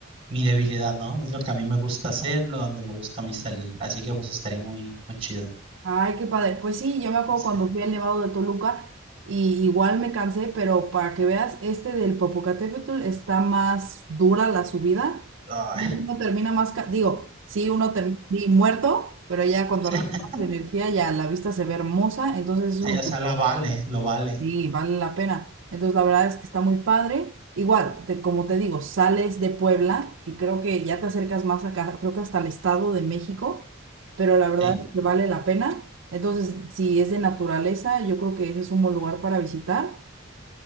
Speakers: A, on the right; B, on the right.
A: mi debilidad, ¿no? Es lo que a mí me gusta hacer, lo donde me gusta a mí salir. Así que pues estaría muy, muy chido.
B: Ay, qué padre. Pues sí, yo me acuerdo
A: Sí,
B: cuando fui al Nevado de Toluca y igual me cansé, pero para que veas, este del Popocatépetl está más dura la subida.
A: Ay,
B: y Uno termina más, ca- digo, sí, uno termina sí, muerto, pero ya cuando
A: <laughs>
B: recuperas energía ya la vista se ve hermosa, entonces eso
A: sí, o sea, lo vale, lo vale.
B: Sí, vale la pena. Entonces, la verdad es que está muy padre. Igual, te- como te digo, sales de Puebla y creo que ya te acercas más acá, creo que hasta el Estado de México, pero la verdad
A: Sí.
B: es que vale la pena. Entonces, si es de naturaleza, yo creo que ese es un buen lugar para visitar.